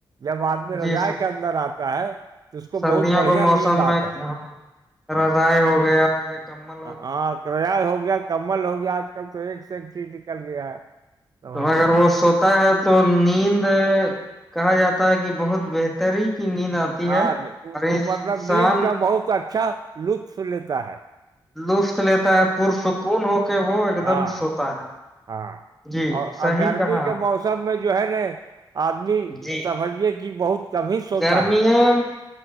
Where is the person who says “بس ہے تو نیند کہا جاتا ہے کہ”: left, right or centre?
Centre